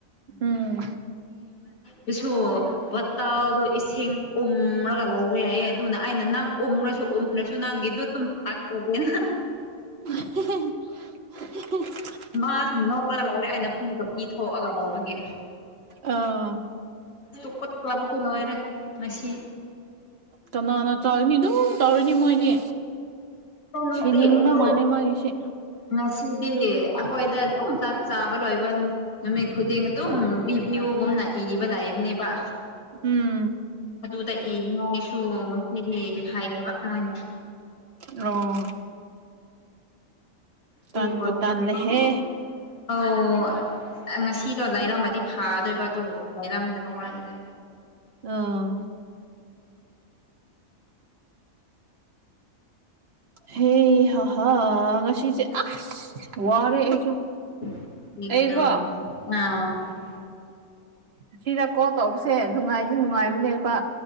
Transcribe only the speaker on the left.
ꯄꯁꯨ ꯇꯥꯗꯣ ꯏꯁꯤꯡ ꯎꯝꯔꯒ ꯂꯧꯈ꯭ꯔꯦ ꯍꯥꯏꯌꯦ ꯑꯗꯨꯅ ꯑꯩꯅ ꯅꯪ ꯎꯝꯔꯁꯨ ꯅꯁꯨ ꯅꯪꯗꯨ ꯇ ꯊꯥꯛ꯭ꯔꯒꯦꯅ
ꯃꯥꯁꯨ ꯅꯣꯛꯂꯒ ꯂꯩꯔꯦ ꯑꯩꯅ ꯄꯤꯒ ꯄꯤꯊꯣꯛꯑꯒ ꯂꯩꯕꯒꯤ
ꯇꯨꯀꯠꯆꯕꯗꯤ ꯂꯣꯏꯔꯦ ꯉꯁꯤ
ꯅꯨꯡꯇꯤ
ꯑꯗꯨ
ꯉꯁꯤꯗꯤ ꯑꯩꯈꯣꯏꯗ ꯑꯗꯨꯝ ꯆꯥꯛ ꯆꯥꯕ ꯂꯣꯏꯕ ꯅꯨꯃꯤꯠ ꯈꯨꯗꯤꯡ ꯑꯗꯨꯝ <unintelligible> ꯒꯨꯝꯅ ꯏꯕ ꯂꯩꯕꯅꯦꯕ
ꯑꯗꯨꯗ ꯏꯅꯤꯉꯥꯏꯁꯨ ꯉꯁꯤꯗꯤ ꯍꯥꯏꯗꯕ ꯃꯣꯏꯅ
ꯇꯨꯟ
<inaudible> ꯑꯧ ꯑ ꯉꯁꯤꯗꯣ ꯂꯩꯥꯔꯝꯃꯗꯤ ꯐꯥꯗꯣꯏꯕ ꯑꯗꯨ ꯂꯩꯔꯝꯗꯕ ꯋꯥꯅꯤꯗ
<unintelligible>